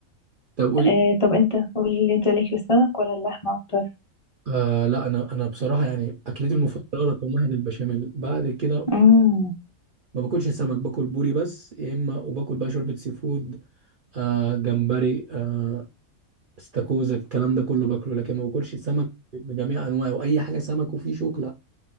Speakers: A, on the right; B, on the left.
A: طب قولي
B: آه طب انت قولي لي انت ليك في السمك ولا اللحمة أكتر
A: آه لا انا انا بصراحه يعني اكلتي المفضله رقم واحد البشاميل بعد كده
B: مم.
A: ما باكلش سمك باكل بوري بس يا اما وباكل بقى شوربه سي فود آه جمبري آه استاكوزا الكلام ده كله باكله لكن ما باكلش سمك بجميع انواعه واي حاجه سمك وفيه شوك لا